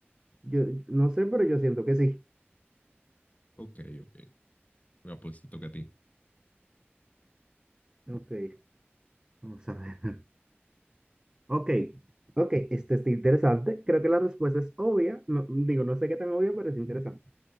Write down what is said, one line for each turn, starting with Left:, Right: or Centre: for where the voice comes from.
Right: Yo no sé, pero yo siento que sí.
Left: ok, ok. No, pues te toca a ti.
Right: Ok. Vamos a ver. <laughs> Ok, Ok, este está interesante. Creo que la respuesta es obvia. No, digo, no sé qué tan obvia, pero es interesante.